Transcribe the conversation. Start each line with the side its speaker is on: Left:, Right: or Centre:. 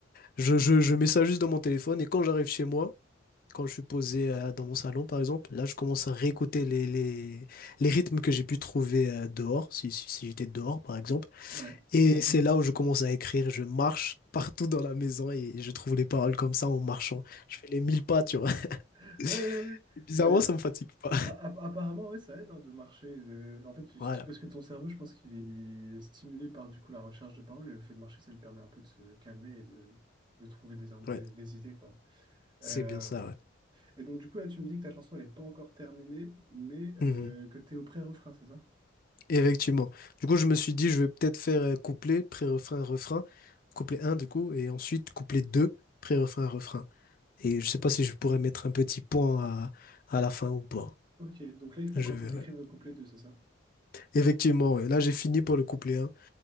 Left: Je, je, je mets ça juste dans mon téléphone et quand j'arrive chez moi, quand je suis posé euh, dans mon salon, par exemple, là, je commence à réécouter les, les, les rythmes que j'ai pu trouver euh, dehors, si, si, si j'étais dehors, par exemple.
Right: ouais. <laughs>
Left: Et c'est là où je commence à écrire. Je marche partout dans la maison et je trouve les paroles comme ça en marchant. Je fais les mille pas, tu vois.
Right: Ouais,
Left: <laughs>
Right: ouais, ouais.
Left: Et Bizarrement,
Right: Mais,
Left: ça me fatigue pas.
Right: a- a- apparemment, ouais, ça aide hein, de marcher. de- En fait, tu
Left: Voilà,
Right: sti- parce que ton cerveau, je pense qu'il est stimulé par du coup la recherche de paroles et le fait de marcher, ça lui permet un peu de se calmer et de, de trouver des, in- des,
Left: ouais,
Right: des idées, quoi.
Left: c'est
Right: Euh,
Left: bien ça, ouais.
Right: Et donc, du coup, là, tu me dis que ta chanson, elle n'est pas encore terminée, mais euh,
Left: Mhm.
Right: que tu es au pré-refrain, c'est ça?
Left: Effectivement. Du coup, je me suis dit, je vais peut-être faire euh, couplet, pré-refrain, refrain. Couplet un, du coup, et ensuite couplet 2, pré-refrain, refrain. Et je sais pas si je pourrais mettre un petit point à, à la fin ou pas.
Right: Ok, donc là, il faut
Left: Je
Right: encore
Left: verrai.
Right: que tu écrives le couplet deux, c'est ça?
Left: Effectivement, ouais. Là, j'ai fini pour le couplet un.